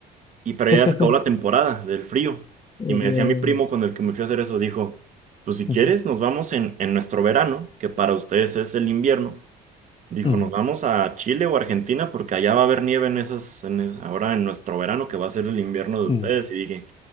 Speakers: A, on the right; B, on the left.
A: y para
B: <laughs>
A: allá se acabó la temporada del frío.
B: jejeje.
A: Y me decía mi primo con el que me fui a hacer eso, dijo, pues si
B: Ujú,
A: quieres nos vamos en, en nuestro verano, que para ustedes es el invierno Dijo,
B: ujú,
A: nos vamos a Chile o Argentina porque allá va a haber nieve en esas, en es- ahora en nuestro verano que va a ser el invierno de
B: ujú,
A: ustedes. Y dije,